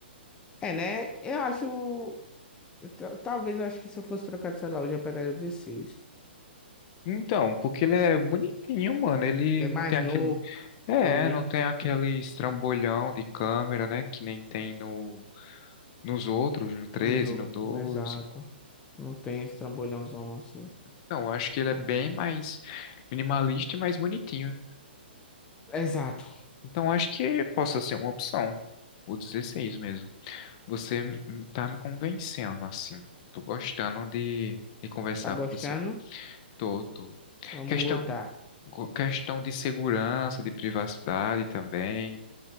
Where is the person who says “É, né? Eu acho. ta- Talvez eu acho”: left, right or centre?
Left